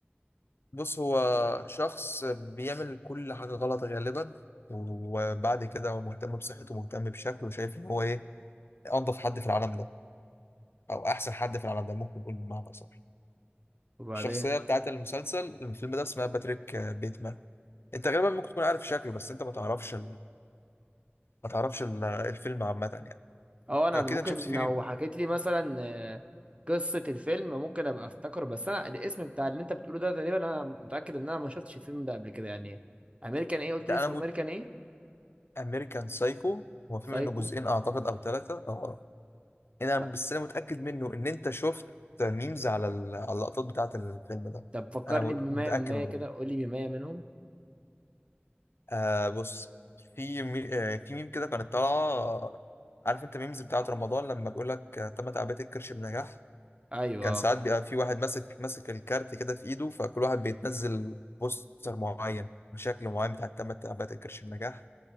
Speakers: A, on the left; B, on the right.
A: بص هو شخص بيعمل كل حاجة غلط غالبا وبعد كده هو مهتم بصحته ومهتم بشكله وشايف ان هو ايه انضف حد في العالم ده او احسن حد في العالم ده ممكن نقول بمعنى اصح
B: وبعدين
A: الشخصية بتاعت المسلسل الفيلم ده اسمها باتريك آه، بيتمان انت غالبا ممكن تكون عارف شكله بس انت ما تعرفش ما تعرفش ال- الفيلم عامة يعني
B: اه انا
A: أكيد
B: ممكن
A: أنت شفت فيه
B: لو
A: مين؟
B: حكيت لي مثلا آه، قصه الفيلم ممكن ابقى افتكر بس انا الاسم بتاع اللي انت بتقوله ده تقريبا انا متاكد ان انا ما شفتش الفيلم ده قبل كده يعني امريكان ايه قلت
A: ده
B: لي اسمه
A: أنا موت
B: امريكان ايه
A: أمريكان سايكو هو في
B: سايكو
A: منه جزئين أعتقد أو ثلاثة أه أنا
B: لا
A: بس أنا متأكد منه إن أنت شفت ميمز على ال- على اللقطات بتاعة الفيلم ده
B: طب فكرني
A: أنا م-
B: بمية
A: متأكد
B: من مية
A: من
B: كده
A: ده
B: قول لي مية منهم
A: آه بص في مي... آه في ميم كده كانت طالعة آه، عارف أنت ميمز بتاعة رمضان لما بيقول لك آه، تم تعبئة الكرش بنجاح
B: ايوه
A: كان ساعات
B: آه.
A: بيبقى في واحد ماسك ماسك الكارت كده في إيده فكل واحد بيتنزل بوستر معين بشكل معين بتاع تم تعبئة الكرش بنجاح